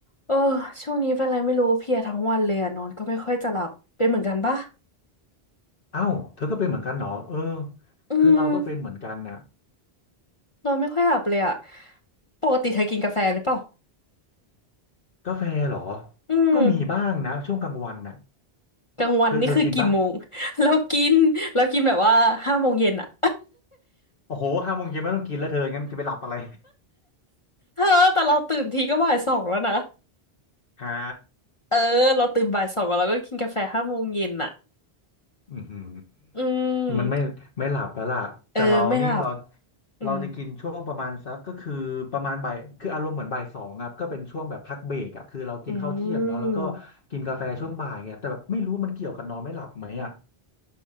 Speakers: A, on the left; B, on the left.
A: เออช่วงนี้เป็นอะไรไม่รู้เพลียทั้งวันเลยอะนอนก็ไม่ค่อยจะหลับเป็นเหมือนกันปะ
B: เอ้าเธอก็เป็นเหมือนกันเหรอเออ
A: อืม
B: คือเราก็เป็นเหมือนกันนะ
A: นอนไม่ค่อยหลับเลยอะปกติเธอกินกาแฟหรือเปล่า
B: กาแฟเหรอ
A: อืม
B: ก็มีบ้างนะช่วงกลางวันน่ะ
A: กลางวันนี่คือกี่โมง
B: เธอเธอกินปะ
A: <laughs> เรากินเรากินแบบว่าห้าโมงเย็นอะ
B: โอ้โหห้าโมงเย็นไม่ต้องกินแล้วเธองั้นจะไปหลับอะไร
A: <laughs> เธอแต่เราตื่นทีก็บ่ายสองแล้วนะ
B: <laughs> หา
A: เออเราตื่นบ่ายสองแล้วเราก็กินกาแฟห้าโมงเย็นอะ
B: อือหือ
A: อืม
B: มันไม่ไม่หลับแล้วล่ะแต่เรานี่เรา
A: เออไม่หลับอืม
B: เราจะกินช่วงประมาณสักก็คือประมาณบ่ายคืออารมณ์เหมือนบ่ายสองครับก็เป็นช่วงแบบพักเบรกอ่ะคือเรากินข้าวเที่ยงเนาะแล้วก็กินกาแฟช่วงบ่ายไงแต่แบบไม่รู้ว่ามันเกี่ยวกับนอนไม่หลับไหมอ่ะ
A: อืม